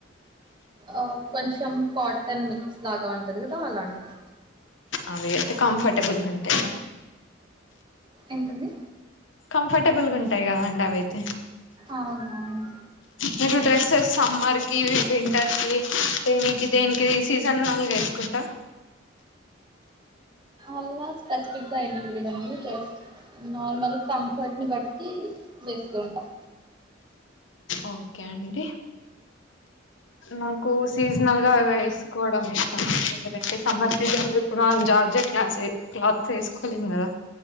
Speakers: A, on the right; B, on the left.
A: ఆ కొంచెం కాటన్ మిక్స్ లాగా ఉంటుం దు కదా అలాంటిది
B: అవి అయితే కంఫరటబుల్ గా ఉంటాయా
A: ఏంటండీ
B: కంఫర్టబుల్ గా ఉంటాయి గా కదండీ అవి అయితే
A: అవునఅవును
B: మీరు డ్రెస్సెస్ సమ్మర్ కి వింటర్ కి దేనికి దేనికి సీజన్ నల్గ ఎసుకుంటా
A: అలా స్పెసిఫిక్గా ఏం లేదండి జస్ట్ నార్మల్ కంఫర్ట్ని బట్టి వేస్తూంటాం
B: ఓకే అండి నాకు సీజనల్ గా వేసుకోవడం ఇష్టం ఎందుకంటే సమ్మర్ సీజన్ లో ఇప్పుడు మనం జార్జి క్ క్లాత్స్ వేసుకోలేం కదా